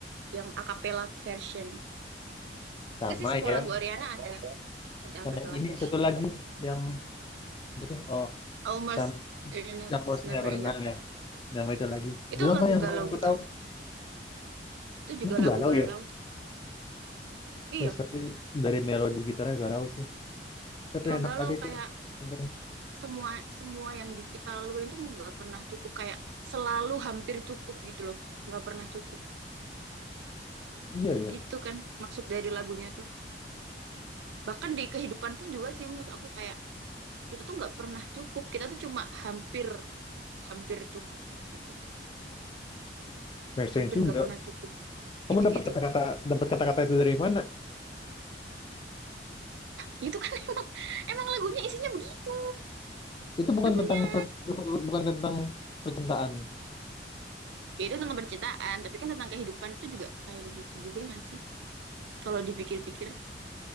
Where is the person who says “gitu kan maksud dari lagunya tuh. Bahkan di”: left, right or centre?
Right